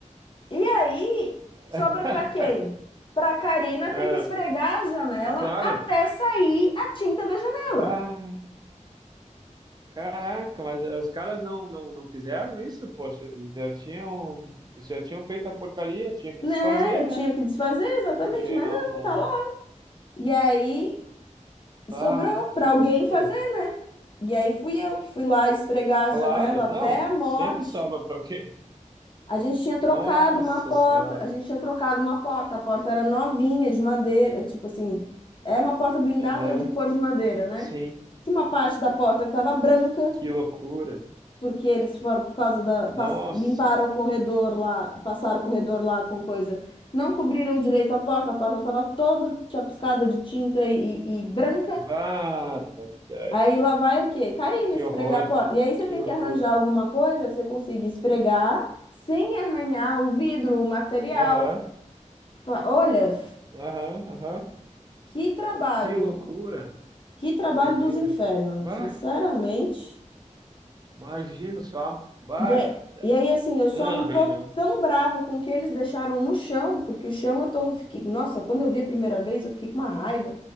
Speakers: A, on the left (about 40°); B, on the right (about 30°).
A: E aí,
B: <laughs>
A: sobra para quem? Para a Karina ter
B: É,
A: que esfregar a janela
B: é claro.
A: até sair a tinta da janela.
B: Bah, caraca, mas eh, os caras não, não, não fizeram isso, poxa, eles já tinham, eles já tinham feito a porcaria, tinha que
A: Né?
B: desfazer,
A: Eu
B: né?
A: tinha que desfazer exatamente,
B: Porque
A: mas
B: não,
A: não,
B: não.
A: tá lá. E aí sobrou
B: Ah,
A: para
B: que loucura.
A: alguém fazer, né? E aí fui eu que fui lá esfregar a
B: Claro,
A: janela até
B: não,
A: a morte.
B: sempre sobra para alguém.
A: A gente tinha trocado
B: Nossa
A: uma porta,
B: Senhora.
A: a gente tinha trocado uma porta, a porta era novinha, de madeira, tipo assim, é uma porta blindada
B: Aham,
A: de cor de madeira, né?
B: sim,
A: Tinha uma parte da porta que estava branca,
B: que loucura.
A: porque eles foram por causa da pas-
B: Nossa,
A: limparam o corredor lá, passaram o corredor lá com coisa. Não cobriram direito a porta, a porta estava toda chapiscada de tinta e, e branca.
B: barbaridade.
A: Aí lá vai o quê? Karina
B: Que
A: esfregar
B: horror,
A: a porta. E aí você
B: que
A: tem
B: loucura.
A: que arranjar alguma coisa que você consiga esfregar sem arranhar o vidro, o material.
B: Aham,
A: Pa- Olha,
B: aham, aham,
A: que trabalho,
B: que loucura.
A: que trabalho
B: Que doideira.
A: dos infernos,
B: Bah,
A: sinceramente.
B: imagino só. Barbaridade.
A: E, é- e aí, assim, eu só
B: Não,
A: não tô
B: não, não.
A: tão brava com o que eles deixaram no chão, porque o chão eu tô, fiquei, nossa, quando eu vi a primeira vez, eu fiquei com uma raiva.